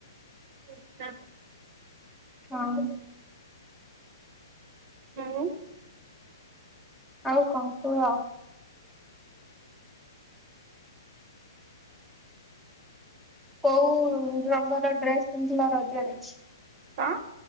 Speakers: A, on the right; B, in the centre.
A: <unintelligible>
B: ହଁ
A: <unintelligible>
B: ଆଉ କଣ କୁହ କୋଉ ରଙ୍ଗର ଡ୍ରେସ ପିନ୍ଧିଥିଲ ରଜ ରେ
A: ହଁ